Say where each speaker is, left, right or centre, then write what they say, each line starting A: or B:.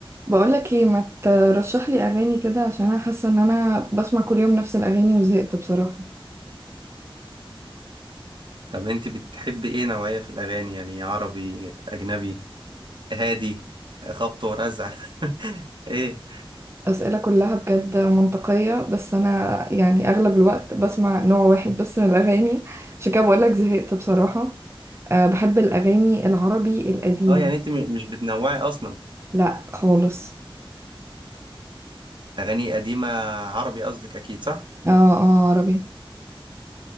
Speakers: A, on the right (about 30°); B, on the right (about 55°).
A: بقولك ايه ما ترشح لي اغاني كده عشان انا حاسه ان انا بسمع كل يوم نفس الاغاني وزهقت بصراحه
B: طب انت بتحبي ايه نوعية في الاغاني يعني عربي اجنبي هادي خبط ورزع <laughs> ايه
A: اسئله كلها بجد منطقيه بس انا يعني اغلب الوقت بسمع نوع واحد بس من الاغاني عشان كده بقولك زهقت بصراحه أه بحب الاغاني العربي القديمه
B: اه يعني انت م- مش بتنوعي اصلا
A: لا خالص
B: اغاني قديمة عربي قصدك اكيد صح
A: اه اه عربي